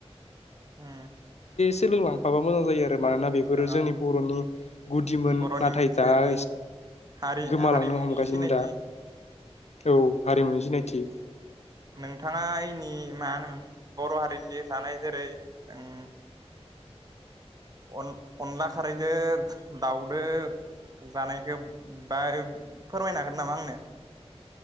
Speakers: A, on the right; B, on the left.
A: उम
B: सोलोंलांफाबा मोजां जायो आरो। आरो मानोना बेफोरो
A: ओ
B: जोंनि बर'नि गुदिमोन
A: बर'नि
B: नाथाय
A: मोनसे
B: दा
A: उम
B: एस
A: हारि
B: गोमालांनो
A: हारिमुनि
B: हमगासिनो
A: सिनायथि
B: दा । औ हारिमुनि सिनायथि।
A: नोंथाङा इनि मा होनोमोन बर' हारिनि जानाय जेरै ओं अन अनला खारैदो दाउदो जानायखौ बा फोरमायनो हागोन नामा आंनो?